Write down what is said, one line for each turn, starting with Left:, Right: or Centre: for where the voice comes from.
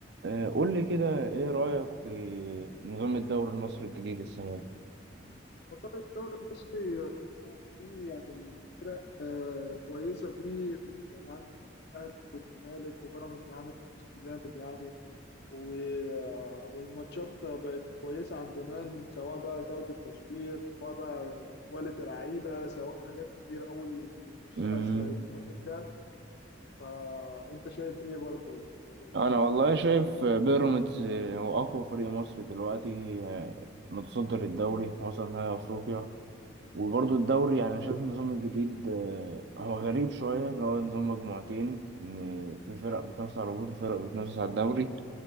Right: آه، قول لي كده ايه رأيك في نظام الدوري المصري الجديد السنة دي
Left: والله الدوري المصري فيه يعني الفرق آه كويسة فيه يعني عندك الأهلي والزمالك وبيراميدز عامل موسم جامد يعني و- آه، والماتشات بقت كويسة عن زمان سواء بقى جودة تصوير سواء بقى كواليتي لعيبة سواء حاجات كتير قوي بنبص
Right: مم.
Left: لها الس- الموسم ده فأنت شايف إيه برضه في الموضوع ده؟
Right: انا والله شايف بيراميدز آه، هو اقوى فريق مصري دلوقتي آه، متصدر الدوري وصل نهائي افريقيا وبرضه الدوري يعني شايف النظام الجديد آه، هو غريب شوية اللي هو نظام مجموعتين إن في فرق بتنافس على الهبوط وفرق بتنافس على الدوري